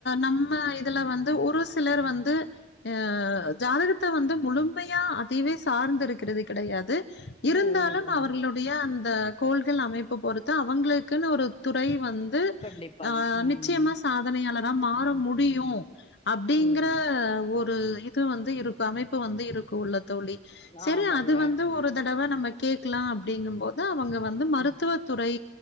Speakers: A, on the left; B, on the left.
A: நம்ம இதுல வந்து ஒரு சிலர் வந்து ஆஹ ஜாதகத்தை வந்து முழு உண்மையா அதுவே சார்ந்த இருக்கிறது கிடையாது இருந்தாலும்
B: ம் ம் ம்
A: அவர்களுடைய அந்த அ கோள்கள் அமைப்பு பொறுத்து அவங்களுக்குன்னு ஒரு துறை வந் து
B: கண்டிப்பாங்க
A: ஆ
B: ம்
A: நிச்சயமா சாதனைையாள மாற முடியும் அப்டிங்கற
B: ம்
A: ஒரு ஒரு இது வந்து இருக்கும் அமைப்பு வந்து இருக்கும் உள்ள தோழி சரி
B: ஆமாங்க
A: அது வந்து ஒரு தடவ நம்ம கேட்கலாம் அப்படிங்கும் போது அவங்க வந்து மருத்துவத்
B: ம்
A: தை